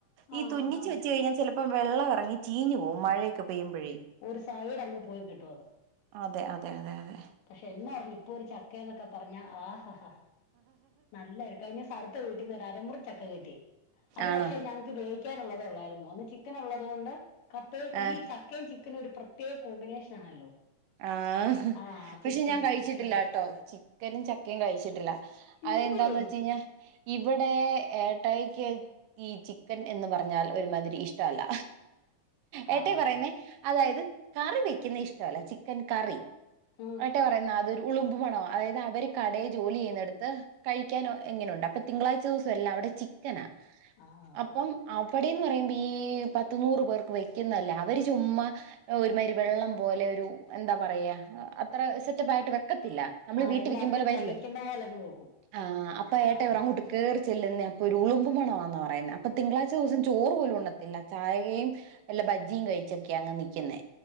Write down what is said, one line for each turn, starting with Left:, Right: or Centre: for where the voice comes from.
Left: ആഹ്
Right: ഈ തുന്നിച്ച്
Left: അതാണ്
Right: വെച്ച് കഴിഞ്ഞാ ചെലപ്പം വെള്ളം എറങ്ങി ചീഞ് പോവും. മഴക്ക പെയ്യുമ്പഴേ.
Left: ഒര് സൈട് അങ്ങ് പോയി കിട്ടു. അത്
Right: അതെ അതെ അതെ അതെ
Left: പക്ഷെ എന്നാ പർലി ഇപ്പൊ ഒരു ചക്കെന്നക്ക പറഞ്ഞാ ആ ഹ ഹ നല്ലായിരി കഴിഞീസ അട് ത്ത വീട്ട്ന്ന് ഒരു അരമുറി ചക്ക കിട്ടി. അത്
Right: ആണോ
Left: പക്ഷെ ഞങ്ങക്ക് വെവി ക്ക്യാന് ഉള്ളത് അല്ലായിരുന്നു അന്ന് ചിക്കന് ഉള്ളത് കൊണ്ട് കപ്പയും
Right: ആഹ്
Left: ഈ ച ക്കയും ചിക്കന് ഒരു പ്രത്യേക കോമ്പിനേഷന് ആണല്ലോ.
Right: ആ
Left: ആഹ് അപ്പൊ
Right: പക്ഷെ
Left: ഇച്ചിരി
Right: ഞാൻ കഴിച്ചിട്ടില്ല
Left: ചക്ക വേവിച്ചു
Right: കേട്ടോ ചിക്കനും ചക്കയും കഴിച്ചിട്ടില്ല. അത്
Left: ഇല്ലേ
Right: എന്താന്ന് വെച് കഴിഞ്ഞാ ഇവടെ ഏട്ടായിക്ക്. ഈ ചിക്കൻ എന്ന് പറഞ്ഞാൽ ഒരുമാതിരി ഇഷ്ടവല്ല. ഏട്ടായി
Left: ആഹ്
Right: പറയുന്നെ അതായത് കറി വെക്ക്ന്നെ ഇഷ്ടല്ല ചിക്കൻ കറി.
Left: ഉം
Right: ഏട്ടായി പറയുന്ന അതൊരു ഉളുമ്പ് മണവാ അതായത് അവര് കടെ ജോലി ചെയ്യ്ന്നട്ത്ത്. കഴിക്കാനോ എങ്ങനെ ഉണ്ട് അപ്പ തിങ്കളാഴ്ച ദിവസം എല്ലാ അവടെ ചിക്കനാ
Left: ആഹ്
Right: അപ്പം. അവടെന്ന് പറയുമ്പ ഈ പത്ത് നൂറ് പേർക്ക് വെക്കുന്നല്ലേ. അവര് ചുമ്മാ ഒരു മായിരി വെള്ളം പോലെ ഒരു എന്താ പറയാ അത്ര സെറ്റപ്പ് ആയിട്ട്. വെ ക്കത്തില്ല നമ്മള്
Left: ആഹ്
Right: വീട്ടി
Left: എല്ലാർക്കും
Right: വെക്കുമ്പോലെ വര്ല്ല
Left: തികയ്ക്കുന്ന പോലങ്ങ് വെക്കും
Right: ആ അപ്പ ഏട്ടയി
Left: ആഹ്
Right: പറ അങ്ങോട്ട് കെറി ചെല്ലുന്നെ അപ്പൊ ഒരു ഉളുമ്പ് മണവാന്നാ പറയുന്ന അപ്പ തിങ്കളാഴ്ച ദിവസം ചോറ് പോലും ഉണ്ണത്തില്ല. ചായെം വല്ല ബജ്ജിയും കഴിച്ചൊക്കെയ അങ്ങ് നിക്കുന്നേ